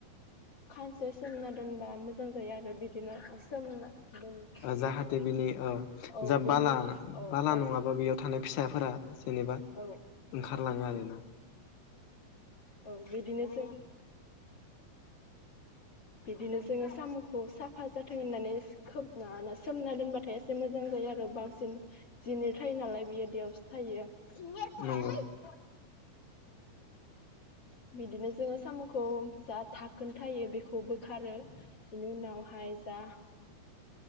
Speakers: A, on the left; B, on the left.
A: खानसे सोमना दोनबा मोजां जायो आरो बिदिनो सोमना दोनखांनानै
B: जाहाथे बिनि
A: औ
B: जा
A: बेनि
B: बाला
A: औ
B: बाला
A: औ
B: नङाबा बेयाव थानो फिसाफोरा जेनेबा
A: औ
B: ओंखारलाङो आरोना।
A: औ बिदिनो जों बिदिनो जोङो सामखौ साफा जाथों होननानै खोब सोमना दोनबाथाय एसे मोजां जायो आरो बांसिन जिनि थायो नालाय बेयो दैयावसो थायो <unintelligible>
B: नंगौ
A: बिदिनो जोङो सामखौ जा धाखोनथायायो बेखौ बोखारो बेनि उनावहाय जा